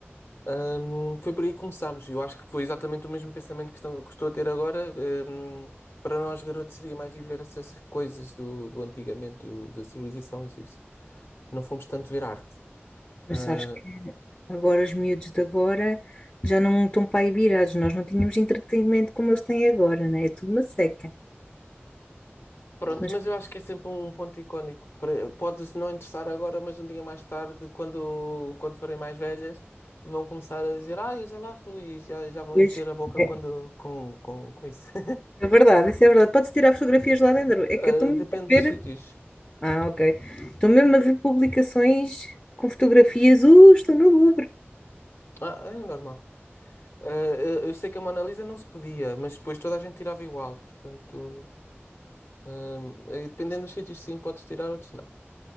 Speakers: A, on the left (about 65°); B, on the left (about 30°).
A: Hum, foi por aí que começámos. Eu acho que foi exatamente o mesmo pensamento que estão- que estou, a ter agora. Hum, para nós, garotos, seria mais ir ver essas coisas do, do antigamente, do- da civilização egípcia. Não fomos tanto ver arte.
B: mas
A: Ah,
B: sabes que agora os miúdos de agora já não estão para aí virados, nós não tínhamos entretenimento como eles têm agora, né? É tudo uma seca.
A: pronto,
B: Mas
A: mas eu acho que é sempre um ponto icónico. para- Podes não interessar agora, mas um dia mais tarde, quando, quando forem mais velhas, vão começar a dizer: Ah, eu já lá fui, e já, já vão
B: depois.
A: encher a boca
B: É,
A: quando,
B: isso
A: com, com, com isso. <laughs>
B: é verdade, isso é verdade. Pode-se tirar fotografias lá dentro. É
A: Ah,
B: que eu estou mesmo
A: depende
B: a
A: dos
B: ver.
A: sítios.
B: Ah, ok. Estou mesmo a ver publicações com fotografias. Uh, estou no Louvre.
A: Ah, é normal. Ah, eu eu sei que a Mona Lisa não se podia, mas depois toda a gente tirava igual. Portanto, hum, eh, dependendo dos sítios, sim, podes tirar, outros não.